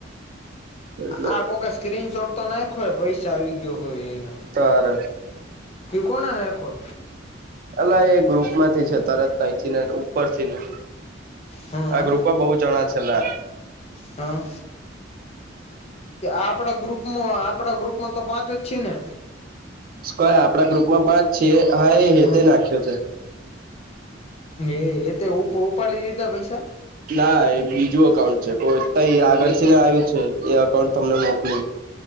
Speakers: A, on the right; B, on the left.
A: એટલે
B: આ કોક સ્ક્રીન શોટ તો નાખો પૈસા આવી ગયો હોય એનો
A: તાર
B: કોણે નાખ્યો
A: અલા એ ગ્રુપ માંથી છે તરત નાચથી ને ઉપર થી ને
B: હમ
A: આ ગ્રુપ બહુ જણા છેલા
B: હમ આપણા ગ્રુપ આપડા ગ્રુપમાં તો પાંચ જ છી ને
A: ક આપડા ગ્રુપમાં પાંચ છીએ હા એ હે
B: હમ
A: તે નાખ્યો છે.
B: એ એ હેતે ઉપાડી લીધા પૈસા
A: ના એ બીજું અકાઉન્ટ છે કોઈ આગળથીને આવ્યું છે એ અકાઉન્ટ તમને મોકલ્યું